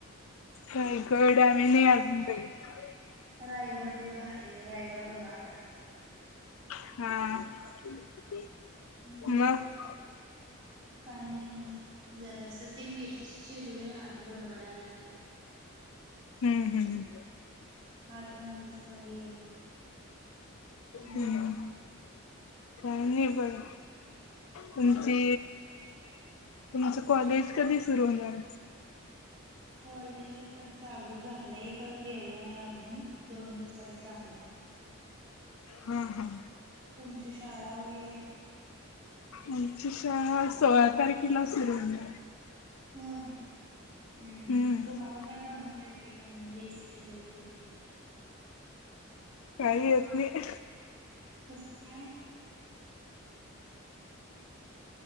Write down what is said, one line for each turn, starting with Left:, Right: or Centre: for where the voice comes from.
Left: रायगड आम्ही नाही अजून बघितला.
Right: रायगड लय भारीय रायगड बघा तुम्ही.
Left: हा <inaudible>
Right: हम्म,
Left: मग
Right: काही नाही जरा असं ते मिर चिरलोय हात बडबडाय लागले.
Left: हम्म हम्.
Right: हा तर म्हणजे होते म
Left: हम्म. काय नाही बर तुमची.
Right: हं
Left: तुमचं कॉलेज कधी सुरू होणार?
Right: कॉलेजच तर चालू झा मलाही खर गेलो आणि अजून दोन दिवसात जाणार आहे.
Left: हम्म हम्.
Right: तुमची शाळा वगैरे
Left: आमची शाळा सोळा तारखेला सुरू होली.
Right: होय हम्
Left: हम्म
Right: तुम्हाला काय बनवते? ते रेसिपी वगैरे कुठली?
Left: काही येत नाही.
Right: कसं काय? <unintelligible>